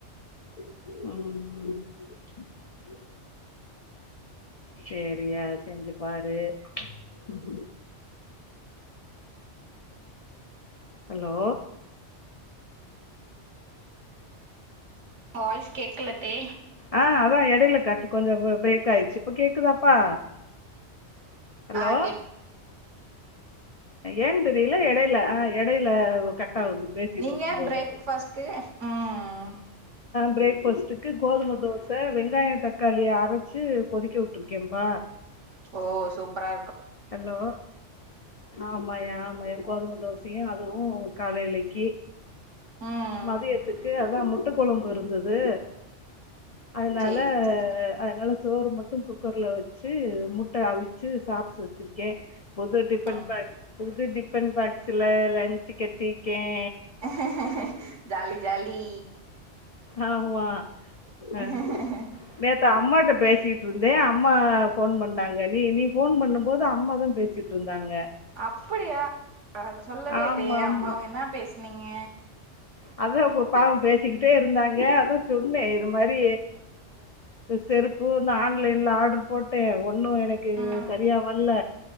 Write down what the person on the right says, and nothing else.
வாய்ஸ் கேக்லத்தே
ஆ கேக்
நீங்க
பிரேக்ஃபாஸ்ட்டு்க்கு ம்
ஓ சூப்பரா இருக்கு
ம்
சேரி சேரி
ம்
ஹஹ ஜாலி ஜாலி.
ஹ ஹ
அப்படியா அது சொல்லவே
இல்லையே
அம்மாவ என்ன பேசுனீங்க
ம்